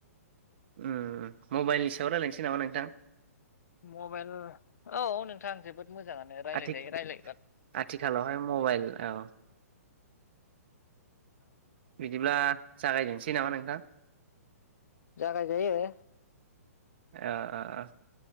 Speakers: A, on the right; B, on the left.
A: उम मबाइलनि सायाव रायलायनोसै नामा नोंथां?
B: मबाइल औ औ नोंथां जोबोद मोजांङानो रायलायजायो
A: आथि
B: रायलायबा
A: आथिखालावहाय मबाइल औ बिदिब्ला जागायजेननोसै नामा नोंथां?
B: जागाय जायो
A: ओ ओ ओ